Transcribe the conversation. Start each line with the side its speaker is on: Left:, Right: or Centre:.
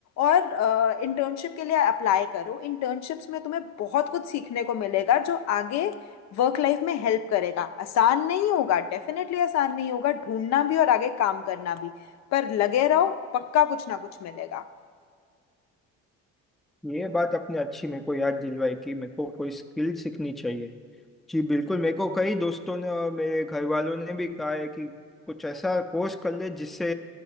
Left: और इंटर्नशिप के लिए अप्लाई करो इंटर्नशिप्स में तुम्हें बहुत कुछ सीखने को मिलेगा जो आगे वर्क लाइफ में हेल्प करेगा आसान नहीं होगा डेफिनेटली आसान नहीं होगा ढूंढना भी और आगे काम करना भी पर लगे रहो पक्का कुछ ना कुछ मिलेगा
Centre: ये बात आपने अच्छी मेरे को याद दिलवाई कि मेरे को कोई स्किल सीखनी चाहिए जी बिल्कुल मेरे को कई दोस्तों ने और मेरे घर वालों ने भी कहा है कि कुछ ऐसा कोर्स कर ले जिससे